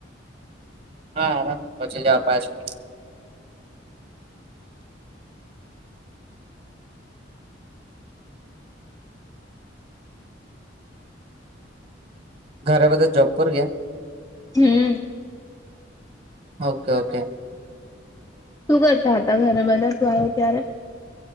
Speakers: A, on the right; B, on the left.
A: હા હવે પોચી જાવ પાંચ મિનિટ. ઘરે બધા જોબ પર ગયા.
B: હમ્મ.
A: Okay okay.
B: શું કરતા હતા ઘરે બધા તું આવ્યો ત્યારે.